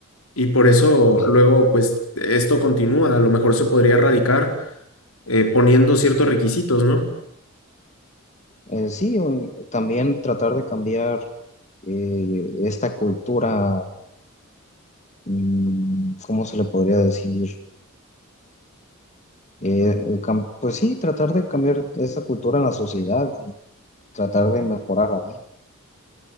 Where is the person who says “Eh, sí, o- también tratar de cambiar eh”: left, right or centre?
Left